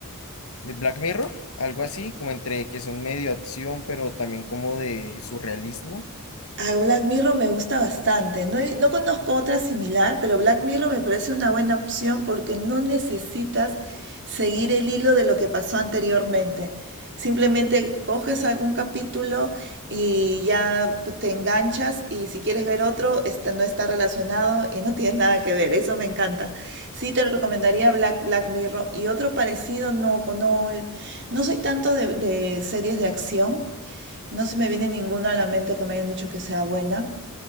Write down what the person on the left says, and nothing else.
de Black Mirror, algo así, como entre que son medio acción, pero también como de surrealismo.